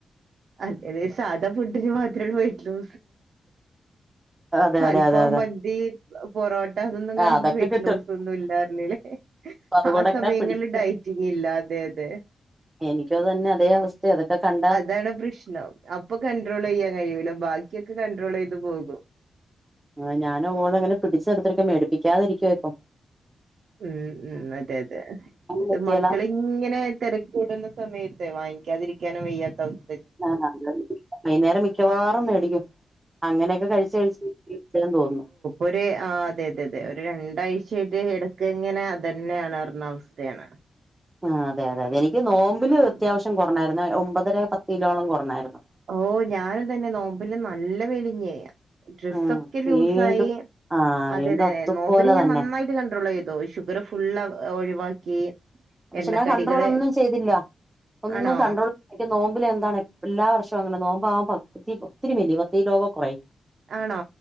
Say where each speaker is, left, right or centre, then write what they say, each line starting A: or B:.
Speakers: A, on the right; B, on the right.
A: അതെ അതെ സാധാ ഫുഡിന് മാത്രേ പോയിട്ടുള്ളു
B: അതെ അതെ
A: അൽഫാം
B: അതെ അതെ
A: മന്തി പൊറോട്ട അതൊന്നും കാണുമ്പോ
B: ആഹ് അതൊക്കെ
A: വെയിറ്റ്
B: കിട്ടും
A: ലോസ് ഒന്നും ഇല്ലാര്ന്നല്ലേ
B: അതുകൊണ്ടൊക്കെ
A: ആ സമയങ്ങളിൽ
B: ഞാൻ പിടിച്ച്
A: ഡയറ്റിങ് ഇല്ല അതെ അതെ
B: എനിക്കും അതന്നെ അതേ അവസ്ഥ അതൊക്കെ കൺ
A: അതാണ് പ്രശ്നം അപ്പൊ കണ്ട്രോളെയ്യാൻ കഴിയൂല്ല ബാക്കിയൊക്കെ കണ്ട്രോളെയ്ത് പോകും
B: ആ ഞാൻ ഓളതങ്ങനെ പിടിച്ചെർത്തിടുക്കെ മേടിപ്പിക്കാതിരിക്കോ ഇപ്പൊ
A: ഉം ഉം അതെ അതെ
B: പറ്റിയല്ല
A: മക്കളെ ഇങ്ങനെ തെരക്കൂടുന്ന സമയത്ത് വാങ്ങിക്കാതിരിക്കാനും വയ്യാത്ത അവസ്
B: ആഹ് വൈന്നേരം മിക്കവാറും മേടിക്കും അങ്ങനെയക്ക കഴിച്ച് കഴിച്ച് ഇരിക്കാൻ തോന്നും
A: ഒര് ആ അതെ അതെ അതെ ഒരു രണ്ടാഴ്ചയുടെ എടക്കിങ്ങന അതെന്നാണ് പർഞ്ഞ അവസ്ഥയാണ്
B: ആ അതെ അതെ അതെ എനിക്ക് നോമ്പില്
A: ആം.
B: അത്യാവശ്യം കൊറഞ്ഞായിരുന്നു ഒമ്പതര പത്ത് കിലോളം കുറഞ്ഞായിര്ന്ന്
A: ഓഹ് ഞാനും തന്നെ നോമ്പിലും നല്ല വെലിഞ്ഞ് ഡ്രസ്സൊക്കെ
B: ആഹ്
A: ലൂസായി
B: വീണ്ടും ആഹ്
A: അതെ
B: വീണ്ടും
A: തെ
B: അതുപോലെ
A: നോമ്പ്ന് ഞാൻ
B: തന്നെ
A: നന്നായി ഇജ്ജ് കണ്ട്രോൾ ചെയ്തോ ഷുഗർ ഫുള്ള ഒഴിവാക്കി
B: പക്ഷെ
A: എണ്ണക്കടികള്
B: ഞാൻ കൺണ്ട്രോൾ ഒന്നും ചെയ്തില്ല ഒന്നും
A: ആണോ
B: കൺണ്ട്രോൾ എനിക്ക് നോമ്പില് എന്താണ് എല്ലാ വർഷവും അങ്ങനെ നോമ്പ ആ പകതി ഒത്തിരി മെലിയും പത്ത് കിലോ കുറയും
A: ആണോ